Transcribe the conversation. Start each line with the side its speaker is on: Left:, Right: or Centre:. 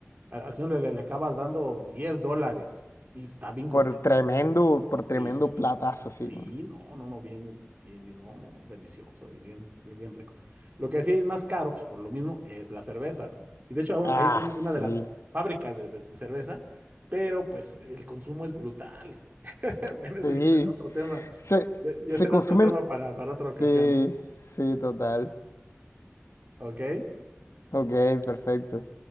Right: Al, al señor le, le acabas dando 10 dólares y está bien contento.
Left: por tremendo, por tremendo
Right: Sí,
Left: platazo, sí.
Right: sí,
Left: ¿no?
Right: no, no, no, bien, bien, bien, no, no, no, delicioso y bien, bien, bien rico. Lo que sí es más caro, pues por lo mismo, es la cerveza, ¿no? Y de hecho, aún-
Left: Ah,
Right: ahí está una
Left: sí,
Right: una de las fábricas de, de- de cerveza, pero pues el consumo es brutal. <laughs> Bueno,
Left: sí.
Right: ese ya será otro tema,
Left: Se,
Right: ya, ya
Left: se
Right: será
Left: consumen,
Right: otro tema para, para otra ocasión,
Left: sí, sí, total.
Right: ¿ok?
Left: Ok, perfecto.